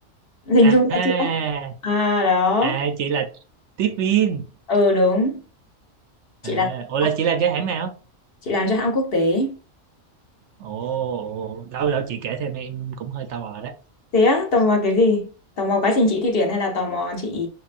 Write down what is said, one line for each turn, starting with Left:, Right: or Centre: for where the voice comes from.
Left: hình
Right: à
Left: dung ra
Right: à
Left: chưa à đó
Right: à, chị là tiếp viên
Left: ờ đúng chị
Right: à
Left: làm cho
Right: ủa
Left: nó-
Right: là chị làm cho hãng nào
Left: chị làm cho hãng quốc tế
Right: ồ đâu đâu chị kể thêm em cũng hơi tò mò đó
Left: thế á tò mò cái gì tò mò quá trình chị thi tuyển hay là tò mò chị